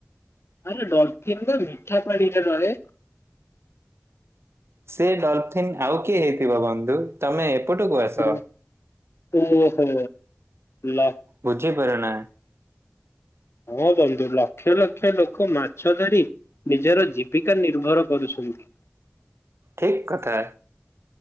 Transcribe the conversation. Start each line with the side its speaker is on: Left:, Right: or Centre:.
Left: ଆରେ ଡଲଫିନ ତ ମିଠା ପାଣିରେ ରହେ।
Right: ସେ ଡଲଫିନ୍ ଆଉ କିଏ ହେଇଥିବ ବନ୍ଧୁ ତମେ ଏପଟକୁ ଆସ।
Left: ଓ ଓହୋ ଲ
Right: ବୁଝିପାର ନା।
Left: ହଁ ବନ୍ଧୁ ଲକ୍ଷ ଲକ୍ଷ ଲୋକ ମାଛ ଧରି ନିଜର ଜୀବିକା ନିର୍ଭର କରୁଛନ୍ତି।
Right: ଠିକ କଥା।